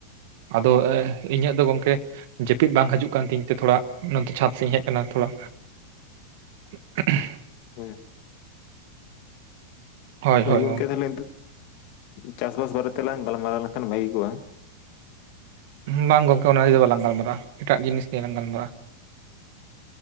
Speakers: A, on the right (about 60°); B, on the left (about 50°).
A: ᱟᱫᱚ ᱤᱧᱟᱹᱜ ᱫᱚ ᱜᱚᱢᱠᱮ᱾ ᱡᱟᱹᱯᱤᱫ ᱵᱟᱝ ᱦᱤᱡᱩᱜ ᱠᱟᱱ ᱛᱤᱧ ᱛᱮ ᱛᱷᱚᱲᱟ ᱱᱛᱮ ᱪᱷᱟᱸᱫᱽ ᱥᱮᱫ ᱤᱧ ᱦᱮᱡ ᱟᱠᱟᱱᱟ ᱛᱷᱚᱲᱟ <unintelligible>
B: ᱦᱚᱭ
A: ᱦᱳᱭ
B: ᱜᱚᱢᱠᱮ
A: ᱦᱳᱭ
B: ᱛᱟᱦᱚᱞᱮ ᱪᱟᱥᱵᱟᱥ ᱵᱟᱨᱮᱛᱮᱞᱟᱝ ᱜᱟᱞᱢᱟᱨᱟᱣ ᱞᱮᱱᱠᱷᱟᱱ ᱵᱷᱟᱹᱜᱤ ᱠᱚᱜᱼᱟ᱾
A: ᱵᱟᱝ ᱜᱚᱝᱠᱮ ᱚᱱᱟ ᱫᱚ ᱵᱟᱞᱟᱝ ᱜᱟᱞᱢᱟᱨᱟᱜᱼᱟ ᱮᱴᱟᱜ ᱡᱤᱱᱤᱥ ᱱᱤᱭᱮᱞᱟᱝ ᱜᱟᱞᱢᱟᱨᱟᱜᱼᱟ᱾